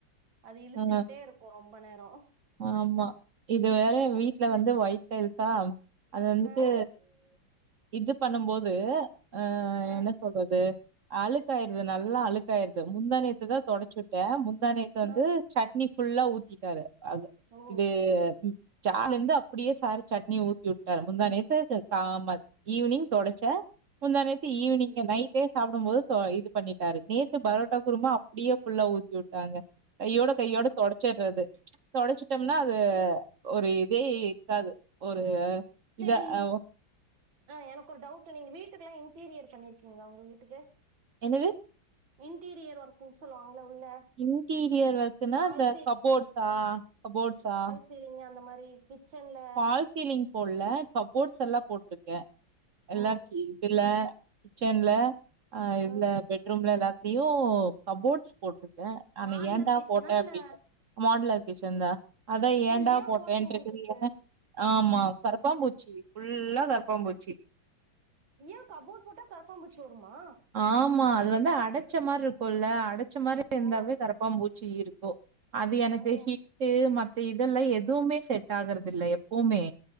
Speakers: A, on the right (about 75°); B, on the right (about 50°).
A: அது இழுத்துகிட்டே
B: ஆ
A: இருக்கும் ரொம்ப நேரம்
B: ஆமா இது வேற வீட்ல வந்து வொய்ட் டைல்ஸா அது வந்துட்டு
A: ஆ
B: இது பண்ணும்போது ஆ
A: ஆ
B: என்ன சொல்றது அழுக்காய்ருது நல்லா அழுக்காய்ருது முந்தாநேத் துதா
A: ஓ
B: தொடச்சுட்டே முந்தா நேத்து வந்து
A: ஆ
B: சட்னி ஃபுல்லா ஊத்திட்டாரு அது
A: ஓ
B: இது ம் சார்ல இருந்து அப்டியே சாரு சட்னிய ஊத்தி வுட்டாரு முந்தாநேத்து க காம ஈவ்னிங் தொடச்சா முந்தாநேத் து ஈவ்னிங்கு
A: ஓகே
B: நைட்டே சாப்டும்போது சோ இது பண்ணிட்டாரு நேத்து பரோட்டா குருமா
A: ஓகே
B: அப்டியே ஃபுல்ல ஊத்தி வுட்டாங்க கையோட கையோட
A: ஓ
B: தொடச்சிட்றது தொடச்சுட்டம்னா அது ஒரு இதே இருக்காது ஒரு
A: செரி
B: இத அ
A: ஆ எனக்கு ஒரு டவுட்டு நீங்க வீட்டுக்குள்ளே இன்டீரியர் பண்ணிருக்கீங்ளா ஒங்க வீட்டுக்கு
B: என்னது
A: இன்டீரியர் ஒர்க்குன் சொல்லுவாங்கள உள்ள
B: இன்டீரியர் ஒர்க்குனா
A: வால்
B: இந்த கபோர்ட்ஸா கபோர்ட்ஸா
A: சீலிங்கு அந்த மாரி கிச்சன்ல
B: பால் சீலிங் போட்ல கப்போர்ட்ஸ் எல்லா போட்ருக்கே எல்லா
A: ஓ
B: கி இதுல கிச்சன்ல அ இதுல
A: ஆ
B: பெட்ரூம்ல எல்லாத்துலயு கபோர்ட்ஸ் போட்ருக்கே ஆனா
A: மாடுலர்
B: ஏன்டா
A: கிச்சனா
B: போட்டே
A: இல்ல
B: அப்டினு மாடலர் கிச்சன்தா அதா
A: ஓ
B: ஏன்டா
A: ஏ
B: போட்டேன்ட்ருக்குது
A: போட்டீங்கன்ருக்கு
B: ஏனா ஆமா கரப்பாம்பூச்சி ஃபுல்லா கரப்பாம்பூச்சி
A: ஏ கபோர்ட் போட்டா கரப்பாம்பூச்சி வருமா
B: ஆமா அது வந்து அடச்ச மார்ருக்குல்ல அடச்ச மாரி இருந்தாவே
A: ஓ
B: கரப்பாம்பூச்சி இருக்கு அது எனக்கு
A: ஓ
B: ஹிட்டு் மத்த இதெல்லா எதுவுமே செட் ஆகறதில்ல எப்போமே